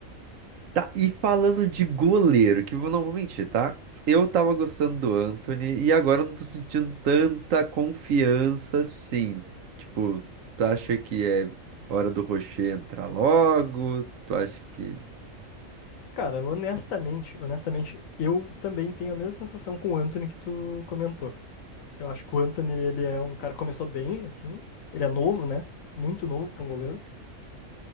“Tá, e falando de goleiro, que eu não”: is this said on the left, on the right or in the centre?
Right